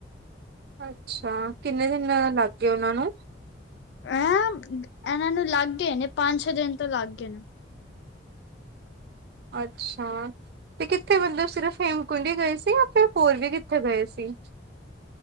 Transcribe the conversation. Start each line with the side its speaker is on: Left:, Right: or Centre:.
Right: ਅੱਛਾ ਕਿੰਨੇ ਦਿਨ ਲੱਗ ਗਏ ਉਹਨਾਂ ਨੂੰ
Left: ਐਂ ਇਹਨਾਂ ਨੂੰ ਲੱਗ ਗਏ ਨੇ ਪੰਜ ਛੇ ਦਿਨ ਤੋਂ ਲੱਗ ਗਏ ਨੇ।
Right: ਅੱਛਾ ਤੇ ਕਿਥੇ ਮਤਲਬ ਸਿਰਫ ਹੇਮਕੁੰਡ ਹੀ ਗਏ ਸੀ ਜਾਂ ਫਿਰ ਹੋਰ ਵੀ ਕਿੱਥੇ ਗਏ ਸੀ।